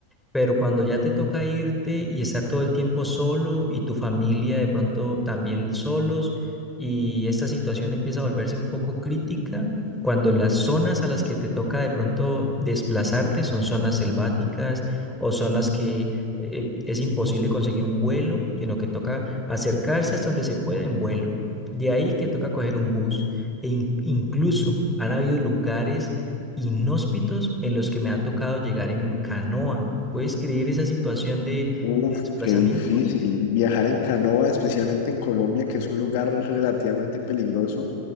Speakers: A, in the centre; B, on the left.
A: Pero cuando ya te toca irte y estar todo el tiempo solo y tu familia de pronto también solos y esta situación empieza a volverse un poco crítica, cuando las zonas a las que te toca de pronto desplazarte son zonas selváticas o zonas que eh, es imposible conseguir un vuelo, sino que toca acercarse hasta donde se pueda en vuelo. De ahí que toca coger un bus. E in- incluso han habido lugares inhóspitos en los que me ha tocado llegar en canoa. ¿Puedes creer esa situación de
B: Uf,
A: de desplazamiento?
B: qué difícil. Viajar en canoa, especialmente en Colombia, que es un lugar relativamente peligroso.